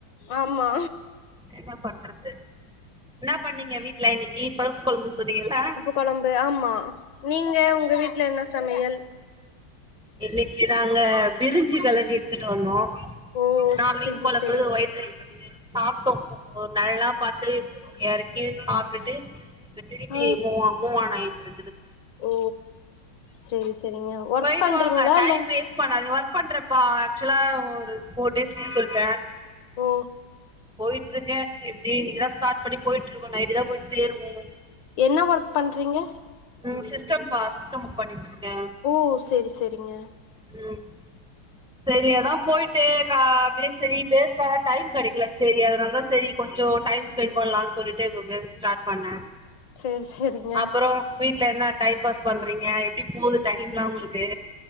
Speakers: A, on the left (about 65°); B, in the centre.
A: ஆம்மா
B: என்ன பண்றது இன்ன பண்ணீங்க வீட்ல இன்னிக்கி பருப்பு கொழம்புன் சொன்னீங்கள
A: குழம்பு ஆமா நீங்க உங்க வீட்ல என்ன சமையல்
B: இன்னிக்கி தாங்க பிரிஞ்சி வெளறி எடுத்துட்டு வந்தோ
A: ஓ
B: நா
A: செரி
B: மீன் கொழம்பு
A: செரி
B: ஒயிட் ரைஸு சாப்டோம் ஒரு நெலல்லா பாத்து இறக்கி சாப்டுட்டு இப்ப திருப்பி
A: ஆ
B: மூவா மூவ்அன் ஆயிற்று
A: ஓ செரி செரிங்க ஒர்க் பண்றீங்களா
B: ட்டு வாங்க டைம்
A: இல்ல
B: வேஸ்ட் பண்ணாதீங் ஒர்க் பண்றப்பா ஆக்சுவலா ஒரு போர் டேஸ் லீவ் சொல்டே
A: ஓ
B: போயிட்ருக்கே எப்டி நீங்கதா ஸ்டார்ட் பண்ணி போய்ட்ருக்கோ நைட் தா போய் சேருவோ
A: என்ன வொர்க் பண்றீங்க
B: ம் சிஸ்டம்ப்பா சிஸ்டம் புக் பண்ணிட்ருக்கே
A: ஓ செரி செரிங்க
B: ம் செரி அதா போயிட் சே கா பே சேரி பேசா டைம் கடைக்குல சேரி அதனால் தா சேரி கொஞ்சொ டைம் ஸ்பெண்ட் பண்லான் சொல்லிட்டு ப்ப பேச ஸ்டார்ட் பண்ண
A: செரி செரிங்க
B: அப்பறொ வீட்ல என்ன டைம் பாஸ் பண்றீங்க எப்டி போது டைம்லா ஒங்களுக் கே